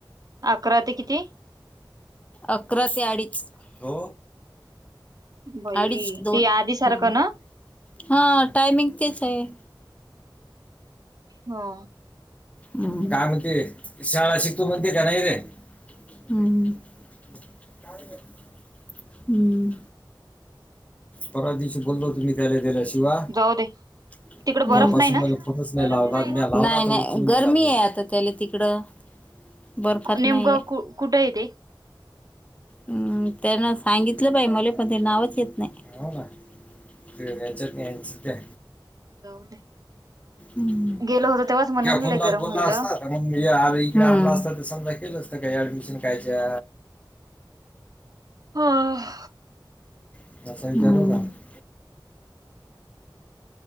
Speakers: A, on the right; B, on the left.
A: अकरा ते किती?
B: अकरा ते अडीच. हो
A: बाई
B: अडीच- दोन,
A: ते आधी सारखं
B: हम
A: ना
B: हा टायमिंग तेच आहे.
A: हो
B: ह, काय म्हणते शाळा शिकतो म्हणते का नाही रे? <unintelligible> <unintelligible> हम, परवा दिवशी बोललो होतो. मी त्याला दिल्या शिव्या,
A: जाऊ दे
B: तेव्हापासून
A: तिकडे बर्फ नाही ना
B: मला फोनच नाही
A: बरफ
B: लावला
A: ना
B: म्या लावला, नाहीं- नाही गरमी आहे आता त्याला तिकडं, बर्फात
A: नेमकं
B: नाहीय.
A: कु कुठं आहे ते
B: हम्, त्यांना सांगितलं बाई मले पण ते नावच येत नाही, हो ना. ते याच्यात नाहीच त्या
A: जाऊ दे.
B: <inaudible> ह
A: गेलो होतो तेव्हाच म्हणे
B: त्या
A: ना
B: फोन
A: लय
B: लावून
A: गरम
B: बोला
A: होईल
B: असता. कार अर इ <unintelligible> असता तर समजा केलं असतं का ऍडमिशन कायच्या
A: हां
B: <unintelligible>